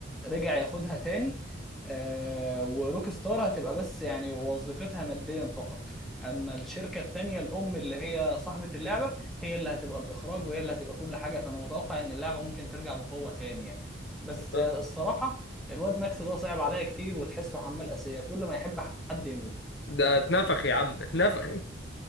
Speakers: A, in the centre; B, on the left.
A: رجع ياخدها تاني آه وروك ستار هتبقى بس يعني وظيفتها ماديا فقط اما الشركه التانيه الام اللي هي صاحبه اللعبه هي اللي هتبقى الاخراج وهي اللي هتبقى كل حاجه فانا متوقع ان اللعبه ممكن ترجع بقوه تاني يعني بس
B: آه.
A: آه، الصراحه الواد ماكس ده صعب عليا كتير وتحسه حمال اسيه كل ما يحب حد يموت
B: ده اتنفخ يا عم اتنفخ <laughs>